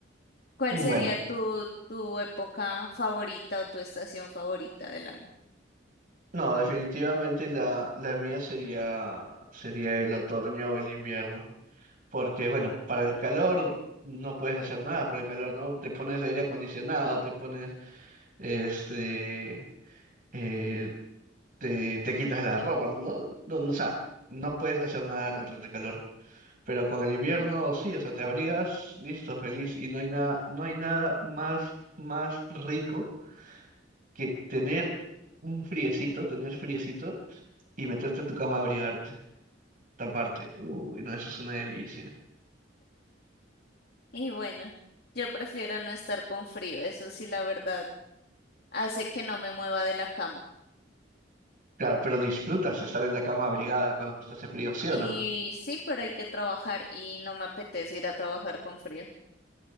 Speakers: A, on the left; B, on the right.
A: ¿Cuál
B: bueno,
A: sería tu, tu época favorita o tu estación favorita del año?
B: no, definitivamente la, la mía sería, sería el otoño o el invierno. Porque, bueno, para el calor no puedes hacer nada por el calor, ¿no? Te pones aire acondicionado, te pones, este, eh, te, te quitas la ropa, ¿no? No, no, o sea, no puedes hacer nada contra el calor. Pero con el invierno sí, o sea, te abrigas, listo, feliz, y no hay nada, no hay nada más, más rico que tener un friecito, tener friecito y meterte a tu cama a abrigarte, taparte. Uy, no, eso es una delicia.
A: Y bueno, yo prefiero no estar con frío, eso sí, la verdad, hace que no me mueva de la cama.
B: Claro, pero disfrutas estar en la cama abrigada cuando hace frío, ¿sí
A: Y
B: o no?
A: sí, pero hay que trabajar y no me apetece ir a trabajar con frío.